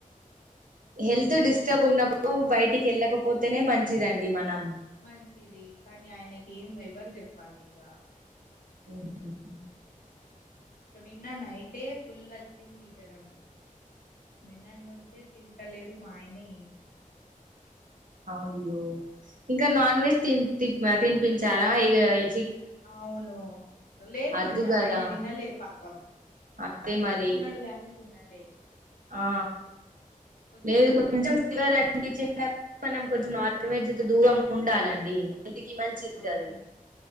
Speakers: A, on the right; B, on the left.
A: హెల్త్ డిస్టర్బ్ ఉన్నప్పుడు బయటికి వెళ్ళకపోతేనే మంచిదండి మనం
B: మంచిది కానీ ఆయనకి ఏం ఎవరు చెప్పాలి ఇగ
A: <unintelligible>
B: నిన్న నైటే ఫుల్ వచ్చింది జ్వరము నిన్నటి నుంచే త ఇట్టలేరు మా ఆయనే
A: అయ్యో ఇంకా నాన్ వెజ్ తినిపించారా ఇ
B: అవును లేదు
A: అద్దు కదా
B: ఆయన తినలే పాపం
A: అదే
B: తెచ్చుకున్నాడు
A: మరి
B: గాని తినాల
A: ఆ
B: పొద్దుగాల
A: లేదు కొంచెం
B: లేసిండు
A: సివర్ అనిపించింది మనం కొంచెం నాన్ వెెజ్ దూరం ఉండాలండి కి మంచిది
B: అవును
A: అది